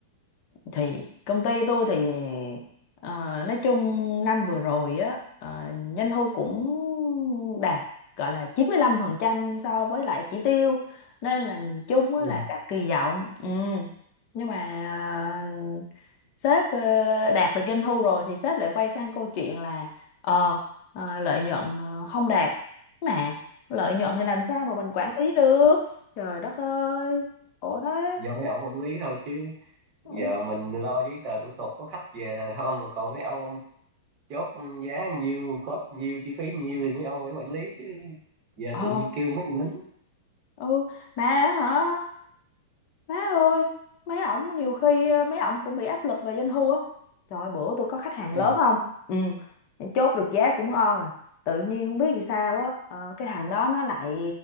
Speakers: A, on the left; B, on the right.
A: thì công ty tôi thì ờ, nói chung năm vừa rồi á ờ, doanh thu cũng đạt gọi là 95% so với lại chỉ tiêu nên là nhìn chung á
B: ừ.
A: là đạt kỳ vọng ừ. nhưng mà ờ, sếp ờ, đạt được doanh thu rồi thì sếp lại quay sang câu chuyện là ờ ờ, lợi nhuận ờ, không đạt mà lợi nhuận thì làm sao mà mình quản lý được trời đất ơi khổ thế
B: giờ mấy ông quản lý thôi chứ
A: Ừ.
B: giờ mình lo giấy tờ thủ tục có khách về là không rồi còn mấy ông ông chốt giá nhiêu cost nhiêu chi phí nhiêu thì mấy ông phải quản lý chứ giờ
A: ờ
B: tự nhiên kêu mấy con lính
A: ừ mà hả má ơi mấy ổng nhiều khi ờ, mấy ổng cũng bị áp lực về doanh thu á trời ơi, bữa tôi có khách hàng
B: ừ
A: lớn không ừ chốt được giá cũng ngon rồi tự nhiên không biết vì sao á ờ, cái thằng đó nó lại